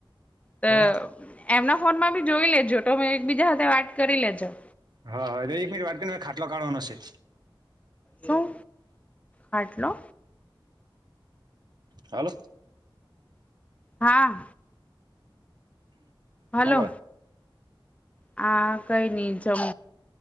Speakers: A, on the left; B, on the right.
A: તો
B: હે
A: એમના ફોનમાં ભી જોઈ લેજો તો એક બીજા સાથે વાત કરી લેજો.
B: હા હા અરે એક મિનિટ વાત કરીને ખાટલો કાઢવાનો શે.
A: શું? હાટલો?
B: હાલો.
A: હા. હાલો.
B: શું કરે
A: હા કઈ નહી જમ